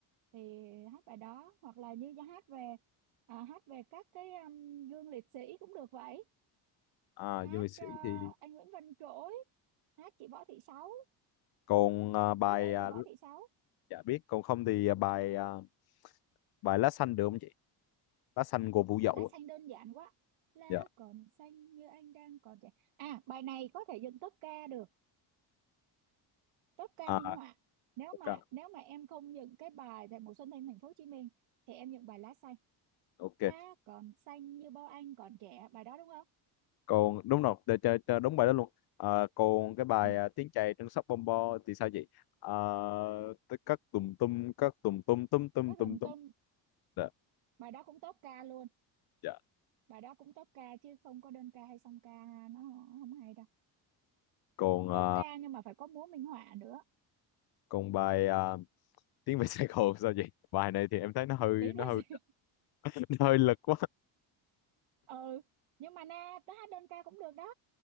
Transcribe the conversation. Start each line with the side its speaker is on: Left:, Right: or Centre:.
Right: thì hát bài đó hoặc là như hát về à, hát về các cái um, gương liệt sĩ cũng được vậy
Left: à
Right: hát
Left: du lịch sĩ
Right: ờ,
Left: thì
Right: anh Nguyễn Văn Trỗi hát chị Võ Thị Sáu
Left: còn à, bài
Right: biết ơn
Left: à,
Right: chị Võ Thị Sáu
Left: dạ biết còn không thì à, bài à, bài lá xanh được không chị lá xanh của Vũ Dậu
Right: lá xanh
Left: á.
Right: đơn giản quá lá
Left: dạ
Right: còn xanh như anh đang còn trẻ à bài này có thể dựng tốp ca được tốp ca
Left: à
Right: minh họa nếu
Left: ok
Right: mà nếu mà em không dựng cái bài về mùa xuân thanh thành phố Hồ Chí Minh thì em dựng bài lá xanh
Left: ok
Right: lá còn xanh như bao anh còn trẻ bài đó đúng không
Left: còn đúng rồi để, cho- cho đúng bài đó luôn à, còn cái bài
Right: ừ
Left: à, tiếng chày trên sóc bom bo thì sao chị à, tất- các tùm tum các tùm tum tum tum
Right: các
Left: tum
Right: đồng
Left: tum
Right: tâm
Left: dạ
Right: bài đó cũng tốp ca luôn
Left: dạ
Right: bài đó cũng tốp ca chứ không có đơn ca hay song ca nó không hay đâu
Left: còn à,
Right: tốp ca nhưng mà phải có múa minh họa nữa
Left: còn bài à, tiếng về Sài Gòn sao chị bài này thì em thấy nó hơi
Right: tiến
Left: nó
Right: về
Left: hơi <laughs> nó hơi lực quá
Right: ừ nhưng mà na tớ hát đơn ca cũng được đó